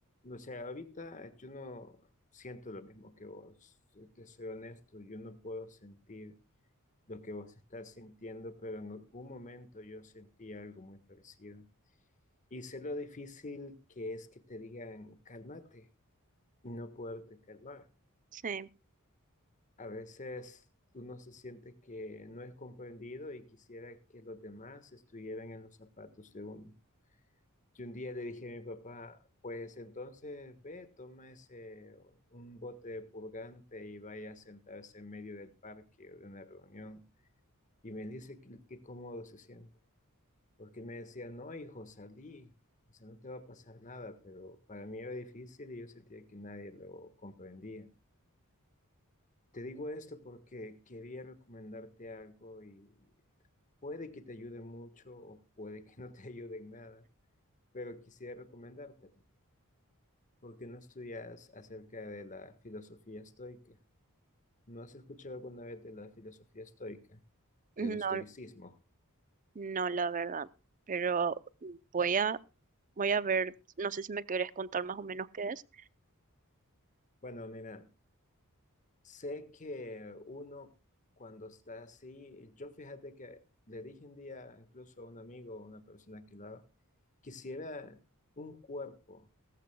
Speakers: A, on the left; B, on the right.
A: o sea, ahorita yo no siento lo mismo que vos. Te soy honesto, yo no puedo sentir lo que vos estás sintiendo, pero en algún momento yo sentí algo muy parecido. Y sé lo difícil que es que te digan, cálmate, y no poderte calmar.
B: Sí,
A: A veces uno se siente que no es comprendido y quisiera que los demás estuvieran en los zapatos de uno. Yo un día le dije a mi papá, pues entonces ve, toma ese, un bote de purgante y vaya a sentarse en medio del parque o de una reunión. Y me dice que qué cómodo se siente. Porque me decía, no, hijo, salí. O sea, no te va a pasar nada, pero para mí era difícil y yo sentía que nadie lo comprendía. Te digo esto porque quería recomendarte algo y puede que te ayude mucho o puede que no te <laughs> ayude en nada, pero quisiera recomendártelo. porque no estudias acerca de la filosofía estoica? ¿No has escuchado alguna vez de la filosofía estoica, del
B: no,
A: estoicismo?
B: no, la verdad, pero voy a, voy a ver, no sé si me querés contar más o menos qué es.
A: Bueno, mira, sé que uno cuando está así, yo fíjate que le dije un día incluso a un amigo, a una persona que hablaba, quisiera un cuerpo